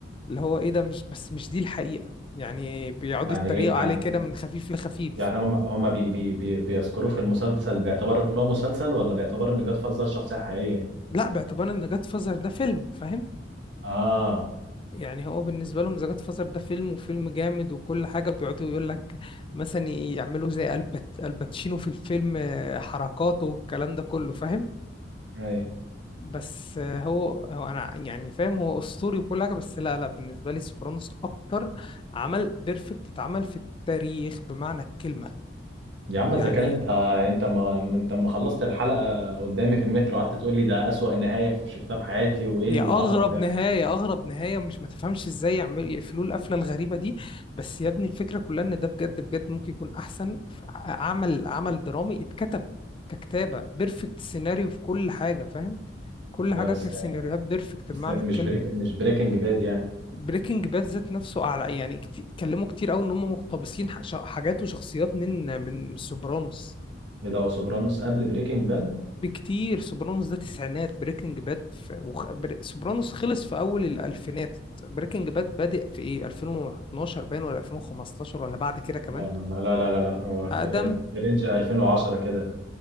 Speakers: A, on the left; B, on the right.
A: اللي هو ايه ده مش بس مش دي الحقيقة يعني بيقعدوا
B: يعني
A: يتريقوا
B: ايه يعني
A: عليه كده من خفيف لخفيف
B: يعني هم هم بي بي بي بيذكروه في المسلسل باعتبار ان هو مسلسل ولا باعتبار ان جاد فازر شخصيه حقيقيه
A: لا باعتبار ان جاد فازر ده فيلم فاهم
B: اه
A: يعني هو بالنسبة لهم زكاة فصل ده فيلم وفيلم جامد وكل حاجة بيقعدوا يقول لك مثلا يعملوا زي البت الباتشينو في الفيلم آه، حركاته والكلام ده كله فاهم
B: ايوه
A: بس آه، هو هو انا يعني فاهم هو اسطوري وكل حاجة بس لا لا بالنسبة لي سوبرانوس اكتر عمل بيرفكت اتعمل في التاريخ بمعنى الكلمة
B: يا عم
A: يعني
B: اذا كان انت انت ما انت ما خلصت الحلقه قدامي في المترو قعدت تقول لي ده اسوأ نهايه شفتها في حياتي وايه
A: هي
B: العبط
A: اغرب
B: ده
A: نهايه اغرب نهايه مش ما تفهمش ازاي يعملوا يقفلوا القفله الغريبه دي بس يا ابني الفكره كلها ان ده بجد بجد ممكن يكون احسن ف- عمل عمل درامي اتكتب ككتابه بيرفكت سيناريو في كل حاجه فاهم كل
B: لا
A: حاجه
B: بس
A: كسيناريوهات بيرفكت
B: بس
A: بمعنى
B: مش
A: الكلمه
B: بريك مش بريكنج باد يعني
A: بريكنج باد ذات نفسه على يعني كت- اتكلموا كتير قوي ان هم مقتبسين ح- ش- حاجات وشخصيات من من سوبرانوس
B: إيه ده هو سوبرانوس قبل بريكنج باد
A: بكتير سوبرانوس ده تسعينات بريكنج باد في وخ... بر... سوبرانوس خلص في اول الالفينات بريكنج باد بادئ في ايه 2012 باين ولا 2015 ولا بعد كده كمان
B: لا لا لا لا لا لا لا هو
A: اقدم
B: في في رينج 2010 كده